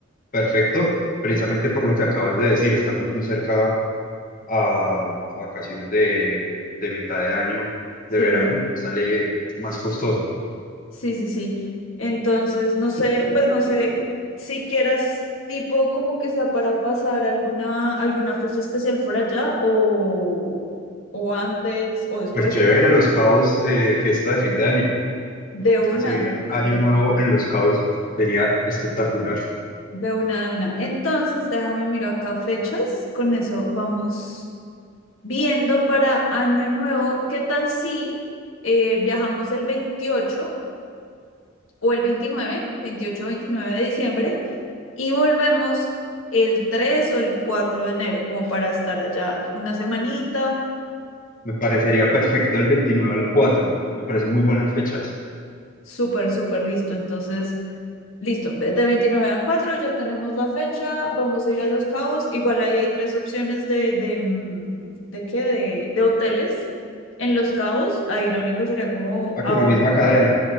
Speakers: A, on the left; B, on the left.
A: perfecto, precisamente por lo que acabas de decir. Estamos muy cerca a, a vacaciones de, de mitad de año, de
B: Sí.
A: verano, sale más costoso.
B: Sí, sí, sí. Entonces, no sé, pues no sé si quieras tipo como que sea para pasar alguna, alguna fecha especial por allá o, o antes o después.
A: Pues chévere, Los Cabos, eh, fiesta de fin de año.
B: De una,
A: Recibir
B: listo.
A: año nuevo en Los Cabos sería espectacular.
B: De una, de una. Entonces, déjame miro acá fechas. Con eso vamos viendo para Año Nuevo. ¿Qué tal si eh, viajamos el 28 o el 29 28 29 de diciembre? y volvemos el 3 o el 4 de enero, como para estar allá una semanita.
A: Me parecería perfecto el veintinueve al cuatro Me parecen muy buenas fechas.
B: Súper, súper listo. Entonces, listo, de 29 a 4 ya tenemos la fecha, vamos a ir a Los Cabos. Igual ahí hay tres opciones de, de, mm, de qué, de, de hoteles en Los Cabos. Ahí lo único sería como
A: Ah,
B: ahora.
A: con la misma cadena.